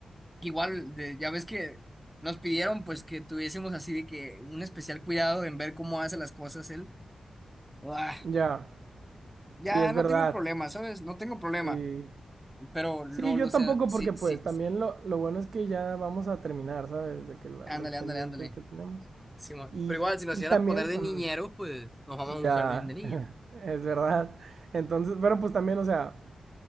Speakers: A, in the centre; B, on the right.
A: Igual, de- ya ves que nos pidieron pues que tuviésemos así de que un especial cuidado en ver cómo hace las cosas él. Ah,
B: Ya,
A: ya
B: sí, es
A: no
B: verdad.
A: tengo problema, ¿sabes? No tengo problema.
B: Sí.
A: Pero Lolo,
B: Sí, yo
A: o
B: tampoco
A: sea, sí,
B: porque pues
A: sí,
B: también
A: sí.
B: lo, lo bueno es que ya vamos a terminar, ¿sabes? De que la-
A: ándale,
B: los pendientes
A: ándale, ándale.
B: que tenemos.
A: Simón.
B: Y,
A: pero igual, si nos
B: y
A: iban
B: también,
A: a poner de
B: mm,
A: niñeros, pues nos vamos a un
B: ya,
A: jardín de niños.
B: <laughs> es verdad. Entonces, pero pues también, o sea...